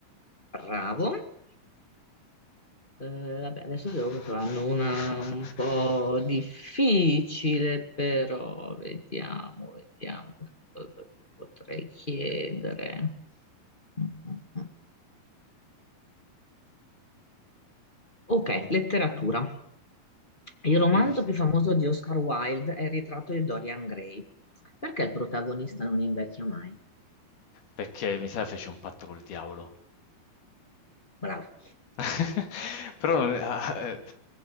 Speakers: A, on the left; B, on the left.
A: Bravo. Eh, vabbè, adesso devo
B: <laughs>
A: saranno una un po' difficile, però vediamo, vediamo che cosa ti potrei chiedere. Mm, mm, mm. Ok, letteratura. Il romanzo
B: Mm.
A: più famoso di Oscar Wilde è Il ritratto di Dorian Gray. Perché il protagonista non invecchia mai?
B: Perché mi sa fece un patto col diavolo.
A: Bravo.
B: <laughs> Però non- ah, eh,